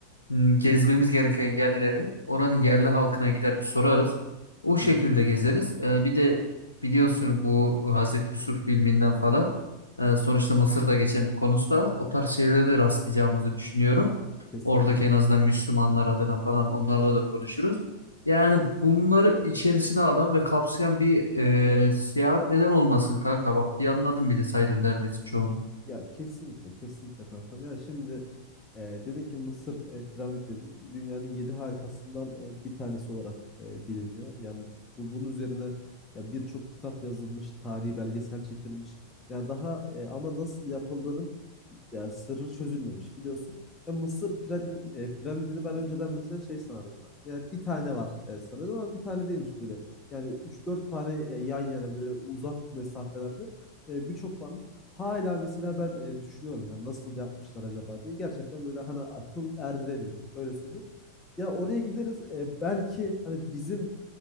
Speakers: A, on the left; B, on the left.
A: m, gezmemiz gereken yerleri oranın yerli halkına gider bir sorarız. O şekilde
B: Hı hı.
A: gezeriz. E, bir de biliyorsun bu Hazreti Yusuf filminden falan e, sonuçta Mısır'da geçen bir konusu da var. O tarz şeylere de rastlayacağımızı düşünüyorum.
B: Kesinlikle.
A: Oradaki en azından Müslümanlar adına falan onlarla da konuşuruz. Yani bunları içerisine alan ve kapsayan bir e, seyahat neden olmasın kanka? Bak planladım bile sayılır neredeyse çoğunu.
B: Ya kesinlikle kesinlikle kankam. yani şimdi e, dedin ki Mısır e, piramit dedin. Dünyanın yedi harikasından e, bir tanesi olarak e, biliniyor. Yani bu bunun üzerine ya birçok kitap yazılmış, tarihi belgesel çekilmiş. Yani daha e, ama nasıl yapıldığının ya sırrı çözülmemiş biliyorsun. Ya Mısır piradi- e, piramidini ben önceden mesela şey sanardım kankam. Yani bir tane var e, sanıyordum ama bir tane değilmiş böyle. Yani üç dört tane e, yan yana böyle uzak mesafelerde e, birçok varmış. Hala mesela ben e, düşünüyorum ya nasıl yapmışlar acaba diye. Gerçekten böyle hani akıl erdiremiyorum. Öyle söyleyeyim. Ya oraya gideriz e, belki hani bizim